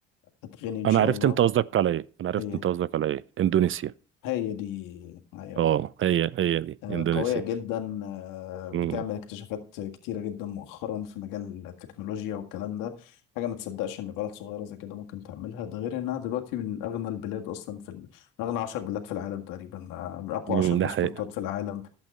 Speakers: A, on the left; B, on the right.
A: اتغني ان
B: أنا
A: شاء
B: عرفت
A: الله
B: أنت قصدك على إيه أنا عرفت
A: ايه
B: أنت قصدك على إيه إندونيسيا
A: هي دي ايوه
B: أه هي هي دي
A: آه
B: إندونيسيا
A: قويه جدا آه بتعمل
B: امم
A: اكتشافات كتيره جدا مؤخرا في مجال التكنولوجيا والكلام ده حاجه ما تصدقش ان بلد صغيره زي كده ممكن تعملها ده غير انها دلوقتي من اغنى البلاد اصلا في ال... من اغنى 10 بلاد في العالم تقريبا آه، من اقوى
B: أمم،
A: 10 باسبورتات
B: ده حقيقة
A: في العالم